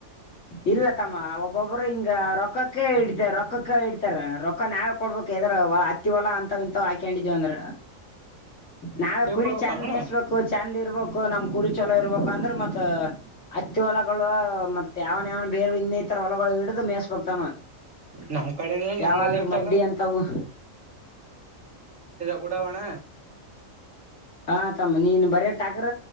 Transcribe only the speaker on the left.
ಇಲ್ಲ ತಮ್ಮ ಒಬ್ಬೊಬ್ರ ಹಿಂಗ ರೊಕ್ಕಕ್ಕೆ ಇಡ್ತ ರೊಕ್ಕಕ್ಕ ಇಡ್ತಾರ ರೊಕ್ಕ ನಾವೇ ಕೊಡ್ಬೇಕ ಎಲ್ಲಿರ ಅತ್ತಿ ಹೊಲಾ ಅಂತವ ಇಂತವ ಹಾಕೊಂಡಿದೇವ ಅಂದ್ರ. ನಾವೇ
ಕುರಿ
ಚೆಂದ
ಮೇಯಸ್ಬೇಕು ಚೆಂದ ಇರ್ಬೇಕು ನಮ್ ಕುರಿ ಚಲೋ ಇರ್ಬೇಕು ಅಂದ್ರ ಮತ್ ಹತ್ತಿ ಹೊಲಗಳು ಯಾವನ್ ಯಾವನ ಬೇರೆ ಇನ್ನಿತರ ಹೊಲಗಳು ಹಿಡಿದು ಮೇಸ್ಬಕ್ತಮ್ಮ
ಯಾವಾದ್ರೂ
ಮಡ್ಡಿ ಅಂತವು
ಹಾ ತಮ್ಮ ನೀನ್ ಬರೆ ಟಗರ